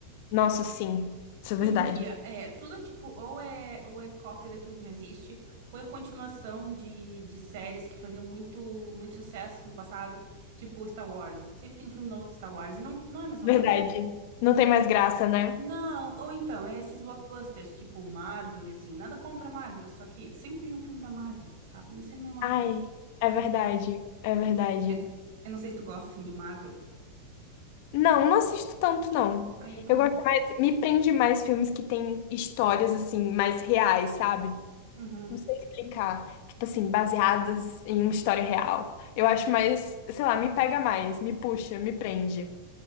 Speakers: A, on the left; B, on the right.
A: Nossa, sim, isso
B: Porque
A: é verdade.
B: hoje em dia é tudo tipo, ou é, ou é cópia daquilo que já existe, ou é continuação de, de séries que faziam muito, muito sucesso no passado, tipo Star Wars. Sempre tem um filme novo de Star Wars e não, não é a mesma
A: Verdade.
B: coisa.
A: Não tem mais graça, né?
B: Não, ou então, é esses blockbusters, tipo Marvel e assim, nada contra Marvel, só que sempre tem um filme da Marvel, sabe? E é sempre a mesma
A: Ai,
B: coisa.
A: é verdade, é verdade.
B: É, eu não sei se tu gosta assim de Marvel.
A: Não, não assisto tanto, não.
B: Ah, eu também
A: Eu gosto
B: não.
A: mais, me prende mais filmes que têm histórias, assim, mais reais, sabe?
B: Uhum.
A: Não sei explicar. Tipo assim, baseadas em uma história real. Eu acho mais, sei lá, me pega mais, me puxa, me prende.